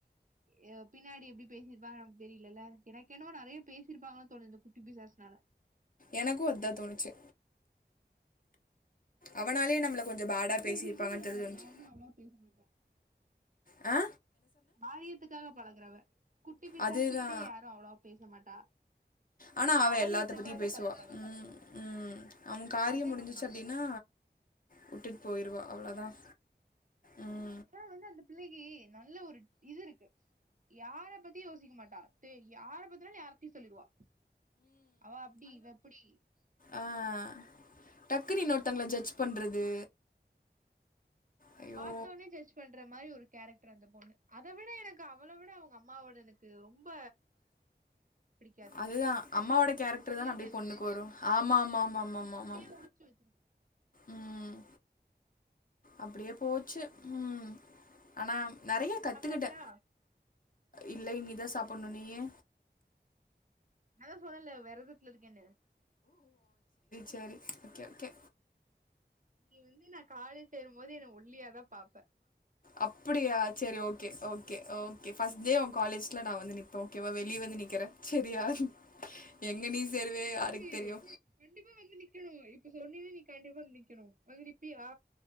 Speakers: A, on the right; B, on the left.
A: ய பின்னாடி எப்டி பேசிருப்பாங்க நமக்கு தெரியலல்ல எனக்கு என்னவோ நிறைய பேசிருப்பாங்களோ தோணுது இந்த குட்டி பிசாஸ்னால
B: எனக்கு அதான் தோணுச்சு அவனாலயே
A: <inaudible>
B: நம்மள கொஞ்சோ பேடா பேசியிருப்பாங்கன்னு சொல்லி தோணுச்சு
A: யாருமே அவ்வளா பேச மாட்டா
B: ஹ
A: காரியத்துக்காக பழகுறவ குட்டி பிசாசுக்கிட்டே
B: அதுதா
A: யாரும் அவ்வளவா பேச மாட்டா
B: ஆனா அவ
A: காரியத்துக்காக
B: எல்லாத்த பத்தி பேசுவா
A: பழகுறவ
B: உம் உம் அவங்க காரியம்
A: அது
B: முடிஞ்சிச்சு
A: என்னமோ உண்மதா
B: அப்படின்னா விட்டுட்டு போயிருவா அவ்ளோதான் ம்
A: ஆ வந்து அந்த பிள்ளைக்கு நல்ல ஒரு இது இருக்கு யார பத்தியும் யோசிக்க மாட்டா தெ யார பத்தினாலும் யாரத்தையும் சொல்லிடுவா அவ அப்டி இவ இப்டி
B: அஹ் டக்குனு இன்னொருத்தங்கல ஜட்ஜ் பண்றது ஐயோ
A: பார்த்தோனே ஜட்ஜ் பண்ற மாரி ஒரு கேரக்டர் அந்த பொண்ணு அத விட எனக்கு அவள விட அவங்க அம்மாவோட எனக்கு ரொம்ப பிடிக்காது
B: அதுதா அம்மாவோட கேரக்டர்
A: நா சொல்லிருக்கேன்ல
B: தானே அப்டியே பொண்ணுக்கு வரும் ஆமா ஆமாமா ஆமாம் ஆமாம்
A: அப்டியே உரிச்சு வச்சிருக்கு
B: உம் அப்படியே போச்சு உம் ஆனா நறைய கத்துக்கிட்டே
A: சாப்ட்டாச்சா
B: இல்ல இனிதா சாப்பணும் நீயி
A: நாதா சொன்னேல விரதத்துல இருக்கேன்னு
B: செரி ஓகே ஓகே
A: நீ வந்து நா காலேஜ் சேரும்போது என ஒல்லியா தா பாப்ப
B: அப்புடியா சரி okay okay okay first day உன் காலேஜ்ல நா வந்து நிப்பே ஓகேவ வெளியே வந்து நிக்கிறேன் சரியா எங்க நீ சேருவே யாருக்கு
A: ஏ
B: தெரியு
A: கண்டிப்பா வந்து நிக்கணு சொன்னினா நீ கண்டிப்பா வந்து நிக்கணும் மகுடி நிப்பியா